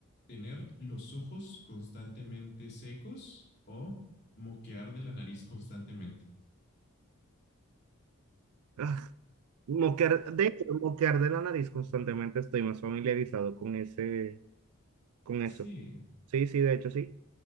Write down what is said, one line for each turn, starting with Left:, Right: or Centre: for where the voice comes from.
Left: tener los ojos constantemente secos o moquear de la nariz constantemente.
Right: Ah, moquear, de hecho, moquear de la nariz constantemente estoy más familiarizado con ese, con
Left: Sí.
Right: eso. Sí, sí, de hecho, sí.